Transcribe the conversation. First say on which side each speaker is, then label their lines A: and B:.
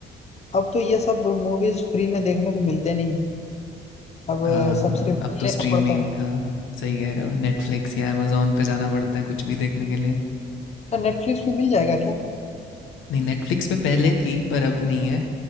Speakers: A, on the left (about 35°); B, on the left (about 80°).
A: अब तो ये सब मूवीज फ्री में देखने को मिलते नहीं है अब
B: हाँ
A: सब्सक्रिप्शन
B: अब तो
A: लेना
B: स्ट्रीमिंग
A: पड़ता है
B: हाँ सही कह रहे हो नेटफ्लिक्स या अमेजोन पे जाना पड़ता है कुछ भी देखने के लिए
A: अच्छा नेटफ्लिक्स में मिल जाएगा क्या
B: नहीं नेटफ्लिक्स पे पहले थी पर अब नहीं है